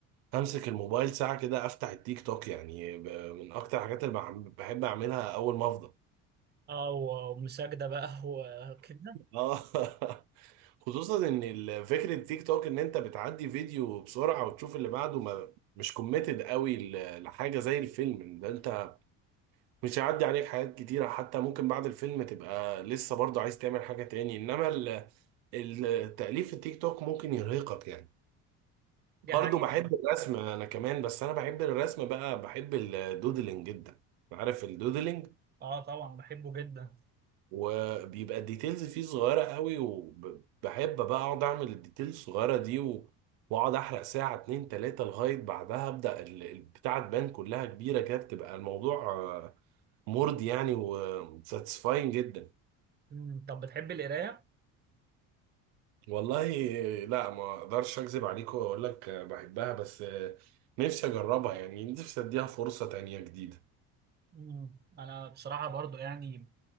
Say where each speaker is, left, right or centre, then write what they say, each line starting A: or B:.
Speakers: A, on the right (about 85°); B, on the right (about 30°).
A: همسك الموبايل ساعة كده أفتح التيك توك يعني ب- من أكتر الحاجات اللي بعم- بحب أعملها أول ما أفضى
B: اه و- ومساجدة بقى <laughs> وكده
A: اه <laughs> خصوصا ان ال- فكره التيك توك ان انت بتعدي فيديو بسرعه وتشوف اللي بعده ما مش كوميتد قوي ل- لحاجه زي الفيلم ده انت مش هيعدي عليك حاجات كتيره حتى ممكن بعد الفيلم تبقى لسه برضه عايز تعمل حاجه تاني انما ال- التأليف في التيك توك ممكن يرهقك يعني برضه
B: دي حقيقة
A: بحب الرسم انا كمان بس انا بحب الرسم بقى بحب الدودلينج جدا عارف الدودلينج
B: اه طبعا بحبه جدا
A: وبيبقى الديتيلز فيه صغيره قوي وبحب بقى اقعد اعمل الديتيلز الصغيره دي و... واقعد احرق ساعه اتنين تلاته لغايه بعدها ابدا ال- البتاعه تبان كلها كبيره كده بتبقى الموضوع آه، مرضي يعني وساتسفاين جدا
B: مم، طب بتحب القراية؟
A: والله آه، لا ما اقدرش اكذب عليك واقول لك آه، بحبها بس آه، نفسي اجربها يعني نفسي اديها فرصه تانيه جديده
B: مم. انا بصراحه برضو يعني